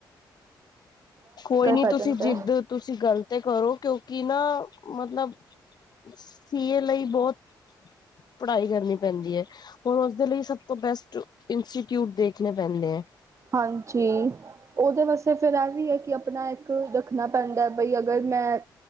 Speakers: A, on the left; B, on the right.
A: ਕੋਈ ਨੀ
B: ਪੈ
A: ਤੁਸੀਂ
B: ਜਾਂਦਾ
A: ਜਿੱਦ ਤੁਸੀਂ ਗਲਤ ਕਰੋ ਕਿਉਂਕਿ ਕਿ ਨਾ ਮਤਲਬ ਸੀਏ ਲਈ ਬਹੁਤ ਪੜ੍ਹਾਈ ਕਰਨੀ ਪੈਂਦੀ ਹੈ ਹੁਣ ਉਸਦੇ ਲਈ ਸ ਬੈਸਟ ਇੰਸਟੀਚਿਊਟ ਦੇਖਣੇ ਪਹਿਨਦੇ ਹੈ
B: ਹਾਂਜੀ ਉਹਦੇ ਵਾਸਤੇ ਫੇਿਰ ਇਹ ਵੀ ਹੈ ਕਿ ਆਪਣਾ ਇੱਕ ਰੱਖਣਾ ਪੈਂਦਾ ਬਈ ਅਗਰ ਮੈਂ